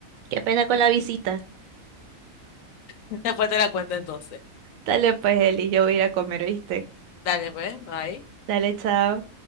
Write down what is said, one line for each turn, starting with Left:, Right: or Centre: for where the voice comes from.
Right: qué pena con la visita.
Left: Después te la cuento entonces.
Right: Dale pues, Eli, yo voy a ir a comer, ¿viste?
Left: Dale, pues, bye.
Right: Dale, chao.